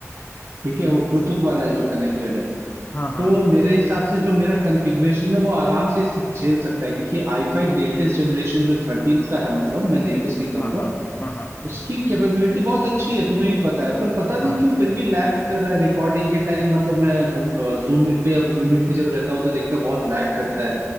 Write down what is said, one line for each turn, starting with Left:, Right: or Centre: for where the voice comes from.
Right: ठीक है वो ब्लूटूथ वाला है जो कनेक्टेड है
Left: हाँ हाँ
Right: तो मेरे हिसाब से जो मेरा कॉन्फ़िगरेशन है वो आराम से इसे झेल सकता है क्योंकि आई फाइव लेटेस्ट जनरेशन जो थर्टीन का है मतलब मैं लेटेस्ट नहीं कहूंगा
Left: हाँ हाँ हाँ हाँ
Right: उसकी कैपेबिलिटी बहुत अच्छी है तुम्हें भी पता है पर पता नहीं
Left: हाँ
Right: क्यों फिर भी लैग कर रहा है रिकॉर्डिंग के टाइम मतलब मैं जूम मीट पे या गूगल मीट पे जब रहता हूँ तो देखता हूँ बहुत लैग करता है